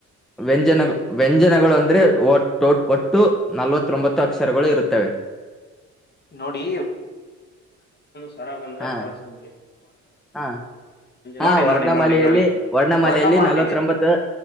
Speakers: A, in the centre; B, on the left (about 35°).
A: ವ್ಯಂಜನ ವ್ಯಂಜನಗಳು ಅಂದ್ರೆ ಒಟ್ಟು ನಲ್ವತ್ತೊಂಬತ್ತು ಅಕ್ಷರಗಳು ಇರುತ್ತವೆ
B: ನೋಡಿ ಸರ ಬಂದ್ರ
A: ಹಾ
B: ಸರ ಸಂ್ಲಿ
A: ಹಾ ಹಾ
B: ನೋಡಿ
A: ವರ್ಣಮಾಲೆಯಲ್ಲಿ
B: ನೋಡಿ ನೋಡಿ ನೋಡಿ
A: ವರ್ಣಮಾಲೆಯಲ್ಲಿ
B: ವರ್ಣಮಾಲ
A: ನಲವತ್ತೊಂಬತ್ತು